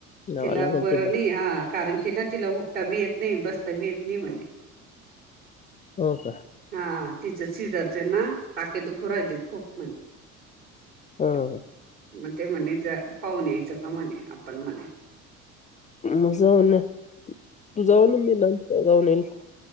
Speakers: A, on the left (about 15°); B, on the right (about 65°).
A: जावं
B: तिलाबरनी
A: लागल तिला
B: हा कारण की ना तिला उठता बी येत नाही बसता बी येत नाही म्हणे
A: हो का
B: हा तिचे सिजरचे ना टाके दुख राहिले खूप म्हने.
A: ह
B: मग ते म्हणे जा पाहून यायचं का म्हणे आपण म्हण.
A: म जाऊन तू जाऊन मी नंतर जाऊन येईल.